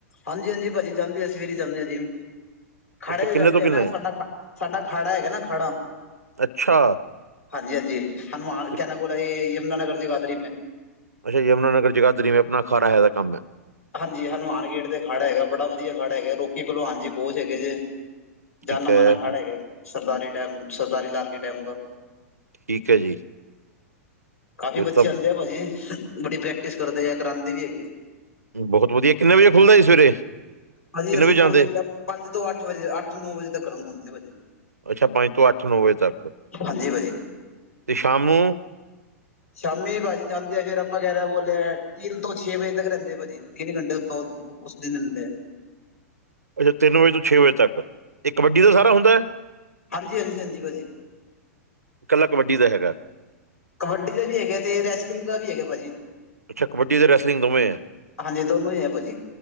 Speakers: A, on the left; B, on the right.
A: ਹਾਂਜੀ-ਹਾਂਜੀ, ਭਾਜੀ ਜਾਂਦੇ ਐ, ਸਵੇਰੇ ਜਾਂਨੇ ਆ ਜਿੰਮ ਖਾੜੇ
B: ਅੱਛਾ
A: ਤੇ
B: ਕਿੰਨੇ
A: ਜਾਂਦੇ
B: ਤੋਂ
A: ਐ
B: ਕਿੰਨੇ
A: ਨਾ, ਸਾਡਾ ਖਾ ਸਾਡਾ ਖਾੜਾ ਹੈਗੈ ਨਾ ਖਾੜਾ
B: ਅੱਛਾ
A: ਹਾਂਜੀ- ਹਾਂਜੀ ਹਨੂੰਮਾਨ
B: ਤੇ-
A: ਕਿੰਨਾਂ ਬੋਲਾ ਏ ਯਮੁਨਾਨਗਰ ਜਗਾਧਰੀ ਮੈਂ
B: ਅੱਛਾ, ਯਮੁਨਾਨਗਰ, ਜਗਾਧਰੀ ਮੇਂ ਆਪਨਾ ਖਾੜਾ ਹੈਗਾ ਕੰਮ ਆ
A: ਹਾਂਜੀ, ਹਨੂਮਾਨ ਗੇਟ ਤੇ ਖਾੜਾ ਹੈਗਾ, ਬੜਾ ਵਧੀਆ ਖਾੜਾ ਹੈਗਾ ਰੋਕੀ ਭਲਵਾਨ ਜੀ ਕੋਚ ਹੈਗੇ ਜੇ ਜਾਨਾ
B: ਠੀਕ ਹੈ
A: ਮਾਨਾ ਖਾੜਾ ਹੈਗਾ ਸਰਦਾਰੀ ਟੈਮ, ਸਰਦਾਰੀ ਲਾਲ ਕੇ ਟੈਮ ਕਾ
B: ਠੀਕ ਐ ਜੀ।
A: ਕਾਫੀ
B: ਫਿਰ
A: ਬੱਚੇ
B: ਤਾਂ
A: ਆਂਦੇ ਆ ਭਾਜੀ ਬੜੀ ਪ੍ਰੈਕਟਿਸ ਕਰਦੇ ਐ ਕਰਾਂਦੇ ਵੀ ਹੈਗੇ
B: ਬੋਹਤ ਵਦੀਆ, ਕਿੰਨੇ ਵਜੇ ਖੁੱਲਦਾ ਜੀ ਸਵੇਰੇ?
A: ਹਾਂਜੀ
B: ਕਿੰਨੇ
A: ਅਸੀਂ
B: ਵਜੇ
A: ਖੋਲ
B: ਜਾਂਦੇ
A: ਦੇੰਦੇ ਆਂ ਪੰਜ ਤੋਂ ਅੱਠ ਵਜੇ, ਅੱਠ-ਨੌ ਵਜੇ ਤੱਕ ਕਰਦੇ ਹੁੰਦੇ ਆ ਭਾਜੀ
B: ਅੱਛਾ, ਪੰਜ ਤੋਂ ਅੱਠ- ਨੌ ਵਜੇ ਤੱਕ?
A: ਹਾਂਜੀ ਭਾਜੀ।
B: ਤੇ ਸ਼ਾਮੂ
A: ਸ਼ਾਮੀ ਭਾਜੀ ਜਾਂਦੇ ਆ, ਫੇਰ ਆਪਾਂ ਕੇਹ ਰਹਾ ਬੋਲੇਆ ਤਿੰਨ ਤੋਂ ਛੇ ਵਜੇ ਤੱਕ ਆ ਰੈਂਦੇ ਆ ਭਾਜੀ ਤਿੰਨ ਘੰਟੇ ਉੱਤੋਂ ਓਸ ਦਿਨ ਹੁੰਦੈ
B: ਅੱਛਾ ਤਿੰਨ ਵਜੇ ਤੋਂ ਛੇ ਵਜੇ ਤੱਕ, ਏ ਕਬੱਡੀ ਦਾ ਸਾਰਾ ਹੁੰਦਾ।
A: ਹਾਂਜੀ-ਹਾਂਜੀ-ਹਾਂਜੀ ਭਾਜੀ।
B: ਕੱਲਾ ਕਬੱਡੀ ਦਾ ਹੈਗਾ।
A: ਕਬੱਡੀ ਦਾ ਵੀ ਹੈਗਾ ਤੇ ਰੈਸਲਿੰਗ ਦਾ ਵੀ ਹੈਗਾ ਭਾਜੀ।
B: ਅੱਛਾ ਕਬੱਡੀ ਤੇ ਰੈਸਲਿੰਗ ਦੋਵੇਂ ਐਂ।
A: ਹਾਂਜੀ ਦੋਨੋਂ ਹੀ ਹੈ ਭਾਜੀ